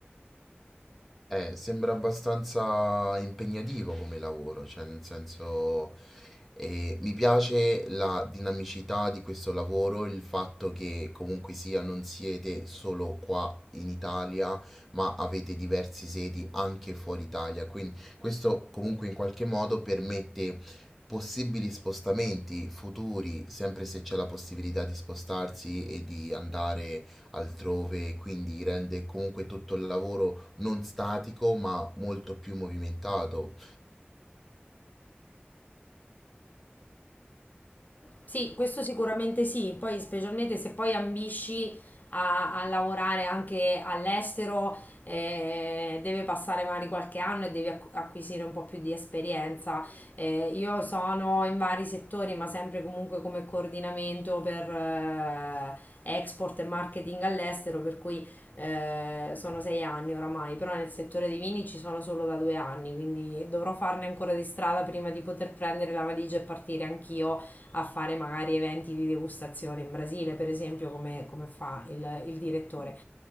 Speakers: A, in the centre; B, on the left (about 45°).
A: Eh, sembra abbastanza impegnativo come lavoro, cioè nel senso eh, mi piace la dinamicità di questo lavoro, il fatto che comunque sia non siete solo qua in Italia, ma avete diverse sedi anche fuori Italia, quindi questo comunque in qualche modo permette possibili spostamenti futuri, sempre se c'è la possibilità di spostarsi e di andare altrove, quindi rende comunque tutto il lavoro non statico, ma molto più movimentato.
B: Sì, questo sicuramente sì, poi specialmente se poi ambisci a, a lavorare anche all'estero, eh, deve passare magari qualche anno e devi acqu- acquisire un po' più di esperienza. Eh, io sono in vari settori, ma sempre comunque come coordinamento per eh, export e marketing all'estero, per cui eh, sono sei anni oramai, però nel settore dei vini ci sono solo da due anni, quindi dovrò farne ancora di strada prima di poter prendere la valigia e partire anch'io a fare magari eventi di degustazione in Brasile, per esempio, come, come fa il, il direttore.